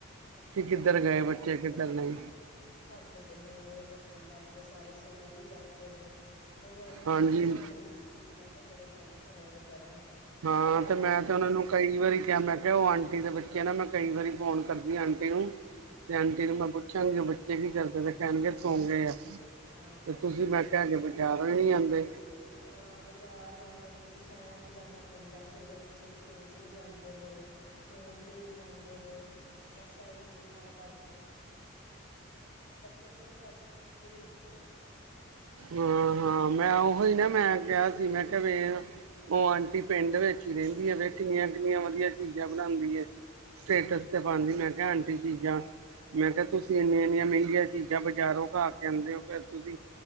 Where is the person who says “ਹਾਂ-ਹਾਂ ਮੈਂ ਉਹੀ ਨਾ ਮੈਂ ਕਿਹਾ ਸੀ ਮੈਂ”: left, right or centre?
Right